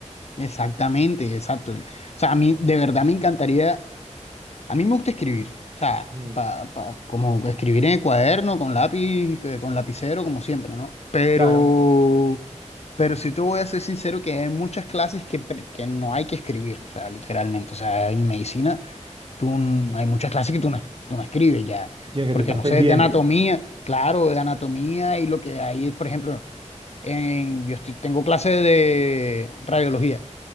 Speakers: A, on the left (about 60°); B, on the right (about 45°).
A: Exactamente, exacto. O sea, a mí de verdad me encantaría, a mí me gusta escribir, o sea,
B: Ujú,
A: pa- pa- como escribir en el cuaderno, con lápiz, eh, con lapicero, como siempre, ¿no? Pero,
B: Claro,
A: pero sí te voy a ser sincero que hay muchas clases que, pre- que no hay que escribir, o sea, literalmente, o sea, en medicina tú, n- hay muchas clases que tú no, tú no escribes ya,
B: sino que
A: porque
B: tú estás
A: no
B: pendiente.
A: sé, de anatomía, claro, de anatomía y lo que hay, por ejemplo, en, yo estoy- tengo clases de radiología.